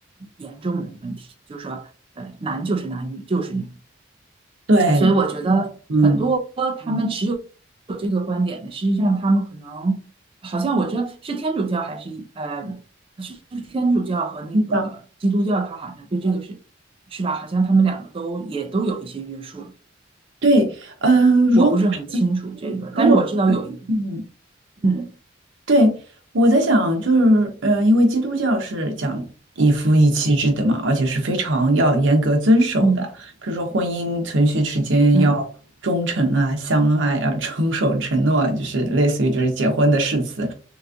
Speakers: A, on the right (about 30°); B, on the right (about 80°).
A: 严重的问题，就是说，呃，男就是男，女就是女，
B: 对，
A: 所以我觉得很多他们持有
B: 嗯，
A: 有这个观点的，实际上他们可能好像我这是天主教还是呃是不是天主教和那个基督教，
B: 是这样
A: 他好像对这个是是吧？好像他们两个都也都有一些约束，
B: 对，嗯、如
A: 我不是很清楚这个，
B: 如果
A: 但是我知道有一个，
B: 嗯。
A: 嗯
B: 对，我在想，就是，呃，因为基督教是讲一夫一妻制的嘛，而且是非常要严格遵守的，
A: 嗯
B: 比如说婚姻存续期间要忠诚啊、
A: 嗯，
B: 相爱啊、遵守承诺啊，就是类似于就是结婚的誓词。